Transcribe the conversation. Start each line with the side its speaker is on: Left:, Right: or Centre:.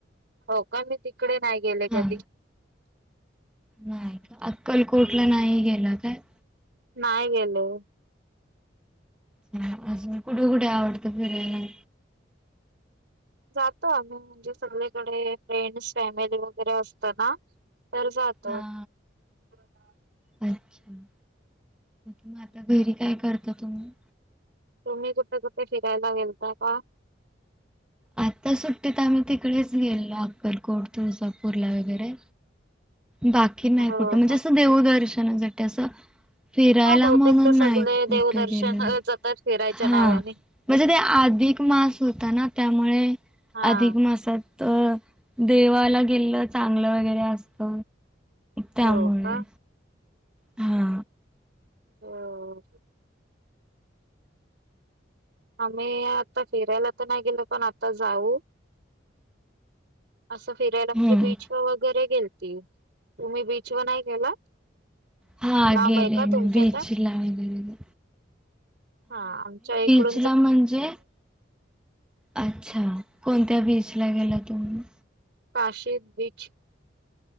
Right: हो का मी तिकडे नाही गेले
Centre: हा
Right: कधी.
Centre: नाही का अक्कलकोटला नाही गेला काय!
Right: नाही गेलो.
Centre: म आजून कुठे कुठे आवडत फिरायला?
Right: जातो आम्ही म्हणजे, सगळीकडे फ्रेंड्स फॅमिली वगैरे असत ना. तर जातो.
Centre: हा
Right: <unintelligible>
Centre: अच्छा म मग आता घरी काय करता तुम्ही?
Right: तुम्ही कुठे कुठे फिरायला गेलता का?
Centre: आता सुट्टीत आम्ही तिकडेच गेलो अक्कलकोट तुळजापूरला वगैरे. बाकी नाही
Right: हो
Centre: कुठं म्हणजे,
Right: का?
Centre: असं देवदर्शनासाठी असं फिरायला
Right: हा बहुतेक
Centre: म्हणून
Right: तर सगळे
Centre: नाही कुठे
Right: देवदर्शनाला
Centre: गेलं
Right: जातात फिरायच्या
Centre: हा.
Right: नावाने.
Centre: म्हणजे ते अधिक मास होता, ना त्यामुळे
Right: हा
Centre: अधिक मासात तर देवाला गेलं चांगलं वगैरे असत. त्यामुळे.
Right: हो का?
Centre: हा
Right: हो. आम्ही आता फिरायला तर नाही गेलो पण आता जाऊ. असं फिरायला म्हणजे
Centre: हम्म
Right: बीच व वगैरे गेलतील तुम्ही बीच, व नाही गेला
Centre: हा
Right: लांब
Centre: गेले
Right: आहे का तुमच्या
Centre: मी बीचला
Right: इथ.
Centre: वगैरे
Right: हा आमच्या इकड
Centre: बिचला म्हणजे, अच्छा कोणत्या बीचला! बीचला गेला तुम्ही.
Right: कशेद बीच.